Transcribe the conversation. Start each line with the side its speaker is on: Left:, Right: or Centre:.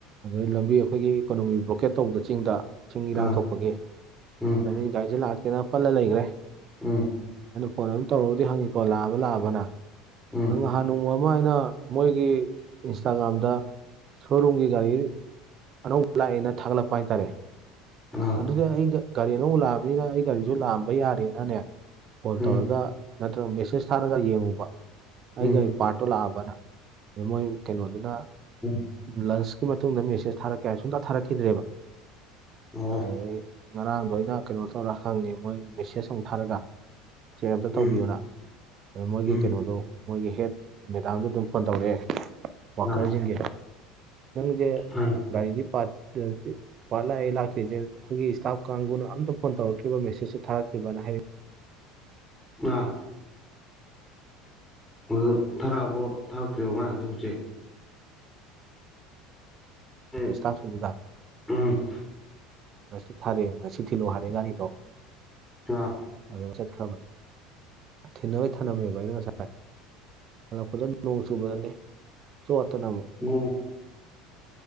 Right: ꯑꯗꯩ ꯂꯝꯕꯤ ꯑꯩꯈꯣꯏꯒꯤ ꯏꯀꯣꯅꯣꯃꯤ ꯕ꯭ꯂꯣꯀꯦꯠ ꯇꯧꯕꯗ ꯆꯤꯡꯗ ꯆꯤꯡ ꯏꯔꯥꯡ
Centre: ꯑꯥ
Right: ꯊꯣꯛꯄꯒꯤ
Centre: ꯎꯝ
Right: ꯂꯝꯕꯤꯠ ꯀꯥꯏꯁꯦ ꯂꯥꯛꯇꯦꯅ ꯄꯜꯂ ꯂꯩꯈ꯭ꯔꯦ
Centre: ꯎꯝ
Right: ꯑꯩꯅ ꯐꯣꯟ ꯑꯃ ꯇꯧꯔꯒꯗꯤ ꯍꯪꯉꯤꯀꯣ ꯂꯥꯛꯑꯕ ꯂꯥꯛꯑꯕꯅ
Centre: ꯎꯝ
Right: ꯅꯪ ꯅꯍꯥꯟ ꯅꯣꯡꯃ ꯑꯃ ꯑꯩꯅ ꯃꯣꯏꯒꯤ ꯏꯟꯁꯇꯥꯒ꯭ꯔꯥꯝꯗ ꯁꯣꯔꯨꯝꯒꯤ ꯒꯥꯔꯤ ꯑꯅꯧꯕ ꯂꯥꯛꯑꯦꯅ ꯊꯥꯒꯠꯂꯛꯄ ꯍꯥꯏꯇꯥꯔꯦ
Centre: ꯑꯥ
Right: ꯑꯗꯨꯗꯤ ꯑꯩ ꯒꯥꯔꯤ ꯑꯅꯧꯕꯛ ꯂꯥꯛꯑꯕꯅꯤꯅ ꯑꯩ ꯒꯥꯔꯤꯁꯨ ꯂꯥꯛꯑꯝꯕ ꯌꯥꯔꯦꯅꯅꯦ ꯐꯣꯟ
Centre: ꯎꯝ
Right: ꯇꯧꯔꯒ ꯅꯠꯇ꯭ꯔꯒ ꯃꯦꯁꯦꯖ ꯊꯥꯔꯒ ꯌꯦꯡꯉꯨꯕ
Centre: ꯎꯝ
Right: ꯑꯩꯒ ꯄꯥꯔꯠꯇꯣ ꯂꯥꯛꯑꯕꯅ ꯑꯗ ꯃꯣꯏ ꯀꯩꯅꯣꯗꯨꯅ
Centre: ꯎꯝ
Right: ꯂꯟꯁꯀꯤ ꯃꯇꯨꯡꯗ ꯃꯦꯁꯦꯁ ꯊꯥꯔꯛꯀꯦ ꯍꯥꯏ ꯁꯨꯡꯇ ꯊꯥꯔꯛꯈꯤꯗ꯭ꯔꯦꯕ
Centre: ꯑꯣ
Right: ꯑꯗꯨꯗꯩ ꯉꯔꯥꯡꯗꯣ ꯑꯩꯅ ꯀꯩꯅꯣ ꯇꯧꯔ ꯍꯪꯉꯦ ꯃꯣꯏ ꯃꯦꯁꯦꯖ ꯑꯃꯨꯛ ꯊꯥꯔꯒ ꯆꯦꯛꯑꯞꯇ ꯇꯧꯕꯤꯌꯣꯅ
Centre: ꯎꯝ
Right: ꯑꯗꯣ ꯃꯣꯏꯒꯤ
Centre: ꯎꯝ
Right: ꯀꯩꯅꯣꯗꯣ ꯃꯣꯏꯒꯤ ꯍꯦꯠ ꯃꯦꯗꯥꯝꯗꯣ ꯑꯗꯨꯝ ꯐꯣꯟ ꯇꯧꯔꯛꯑꯦ ꯋꯥꯀꯜꯁꯤꯡꯒꯦ
Centre: ꯑꯥ
Right: ꯅꯪꯒꯤꯦ
Centre: ꯑꯥ
Right: ꯒꯥꯔꯤꯗꯤ ꯄꯥ ꯐꯂ ꯏꯂ ꯑꯩꯈꯣꯏꯒꯤ ꯏꯁꯇꯥꯐ ꯀꯥꯡꯕꯨꯅ ꯑꯝꯇꯣꯟ ꯇꯧꯛꯇ꯭ꯔꯤꯕ ꯃꯦꯁꯦꯖꯁꯨ ꯊꯔꯛꯇ꯭꯭ꯔꯅ ꯍꯥꯏꯔꯦ.
Centre: ꯑ ꯑꯗꯨ ꯊꯥꯔꯛꯑꯕꯣ ꯊꯥꯔꯛꯇꯣꯏꯔꯤꯕ ꯃꯥꯥꯡꯗꯤ ꯍꯧꯖꯤꯛ ꯎꯝ
Right: ꯑꯩꯈꯣꯏ ꯁ꯭ꯇꯥꯐꯁꯤꯡꯗꯨꯗ
Centre: ꯎꯝ
Right: ꯉꯁꯤ ꯊꯥꯔꯦ ꯉꯁꯤ ꯊꯤꯜꯂꯨ ꯍꯥꯏꯔꯦ ꯒꯥꯔꯤꯗꯣ
Centre: ꯑꯥ
Right: ꯑꯗꯣ ꯆꯠꯈ꯭ꯔꯕꯗꯤ ꯊꯤꯟꯅꯅꯕꯣꯏ ꯊꯝꯂꯝꯝꯃꯦꯕ ꯑꯩꯅ ꯉꯁꯥꯏ ꯍꯜꯂꯛꯄꯗ ꯅꯣꯡ ꯆꯨꯕꯗꯅꯤ ꯁꯣꯠꯇꯅ ꯑꯃꯨꯛ
Centre: ꯎꯝ